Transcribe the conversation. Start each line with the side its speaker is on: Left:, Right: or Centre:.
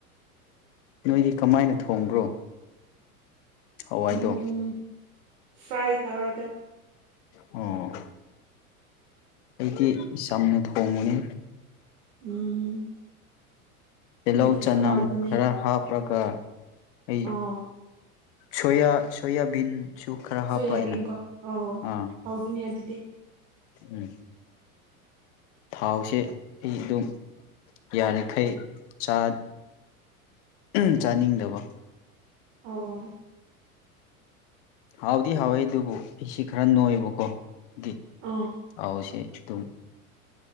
Left: ꯅꯣꯏꯗꯤ ꯀꯃꯥꯏꯅ ꯊꯣꯡꯕ꯭ꯔꯣ ꯍꯋꯥꯏꯗꯣ
Right: ꯎꯝ ꯐ꯭ꯔꯥꯏ ꯇꯧꯔꯒ
Left: ꯑꯣ ꯑꯩꯗꯤ ꯆꯝꯅ ꯊꯣꯡꯕꯅꯤ
Right: ꯎꯝ
Left: ꯇꯤꯜꯍꯧ
Right: ꯑꯗꯨꯁꯨ
Left: ꯆꯅꯝ
Right: ꯍꯥꯎꯕꯅꯦ
Left: ꯈꯔ ꯍꯥꯞꯔꯒ ꯑꯩ
Right: ꯑꯣ
Left: ꯁꯣꯌꯥ ꯁꯣꯌꯥꯕꯤꯟ ꯁꯨ ꯈꯔ
Right: ꯁꯣꯌꯥꯕꯤꯟꯀꯣ
Left: ꯍꯥꯞꯄ ꯑꯩꯅ
Right: ꯑꯣ
Left: ꯑꯥ
Right: ꯍꯥꯎꯈꯤꯅꯦ ꯑꯗꯨꯗꯤ
Left: ꯎꯝ ꯊꯥꯎꯁꯦ ꯑꯩ ꯑꯗꯨꯝ ꯌꯥꯔꯤꯈꯩ ꯆꯥ ꯎꯝ ꯆꯥꯅꯤꯡꯗꯕ
Right: ꯑꯣ
Left: ꯍꯥꯎꯗꯤ ꯍꯥꯎꯋꯦ ꯑꯗꯨꯕꯨ ꯑꯩꯁꯤ ꯈꯔ ꯅꯣꯏꯕꯀꯣ ꯑꯗꯨꯒꯤ
Right: ꯑꯥ
Left: ꯍꯥꯎꯁꯦ ꯑꯗꯨꯝ